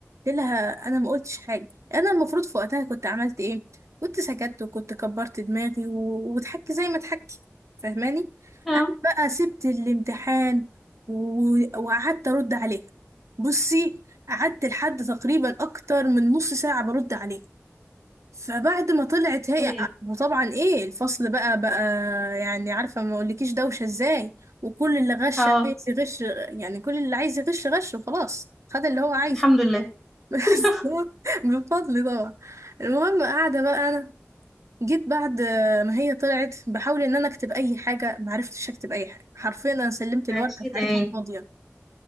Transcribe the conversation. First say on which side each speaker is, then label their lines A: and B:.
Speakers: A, on the right (about 80°); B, in the centre.
A: قلت لها انا ما قلتش حاجه انا المفروض في وقتها كنت عملت ايه كنت سكت وكنت كبرت دماغي و- وضحكت زي ما ضحكت فاهماني
B: اه
A: انا بقى سبت الامتحان و- وقعدت ارد عليها بصي قعدت لحد تقريبا اكتر من نص ساعه برد عليها فبعد ما طلعت هي
B: مم.
A: وطبعا ايه الفصل بقى بقى يعني عارفة ما اقولكيش دوشة ازاي وكل اللي غش
B: اه
A: عايز يغش يعني كل اللي عايز يغش غش وخلاص خد اللي هو عايزه
B: الحمد لله
A: <laughs> بس
B: <laughs>
A: هو بفضل طبعا المهم قاعدة بقى انا جيت بعد ما هي طلعت بحاول ان انا اكتب اي حاجة معرفتش اكتب اي حاجة حرفيا انا سلمت الورقة
B: اكيد
A: بتاعتها
B: يعني
A: فاضية